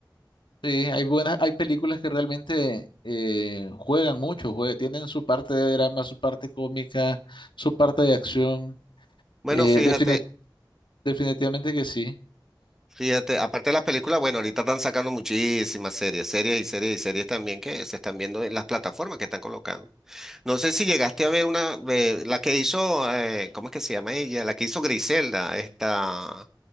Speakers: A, on the left; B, in the centre.
A: Sí, hay buenas, hay películas que realmente eh, juegan mucho, jue- tienen su parte de drama, su parte cómica, su parte de acción.
B: Bueno,
A: Eh,
B: fíjate.
A: defini- definitivamente que sí.
B: Fíjate, aparte de las películas, bueno, ahorita están sacando muchísimas series, series y series y series también que se están viendo en las plataformas que están colocando. No sé si llegaste a ver una, eh, la que hizo, eh, ¿cómo es que se llama ella? La que hizo Griselda, esta,